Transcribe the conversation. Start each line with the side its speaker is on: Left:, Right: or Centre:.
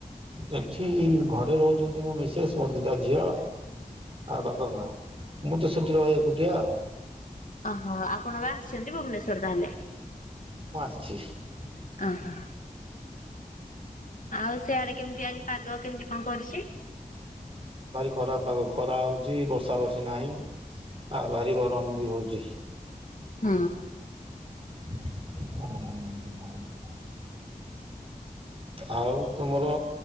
Right: ଏଠି ଘରେ ରହୁଛନ୍ତି ମୋ ମିସେଶ ମୋର ଦିଇଟା ଝିଅ। ଆଉ ବାପା ମା ମୁଁ ତ ସେଠି ରହେ ଏକୁଟିଆ ଆଉ।
Left: ଆହା ଆପଣ ଏବେ ଆସିଛନ୍ତି ଭୁବନେଶ୍ଵର ତାହେଲେ।
Right: <unintelligible>
Left: ଆ ହା। ଆଉ ସିଆଡେ କେମିତି ଆଜି ପାଗ କେମିତି କଣ କରିଛି?
Right: ଖରା ପାଗ ଖରା ହେଉଛି ବର୍ଷା ବର୍ଷି ନାହିଁ ଆଉ ଭାରି ଗରମ ବି ହେଉଛି।
Left: ହୁଁ।
Right: <unintelligible> ଆଉ ତୁମର।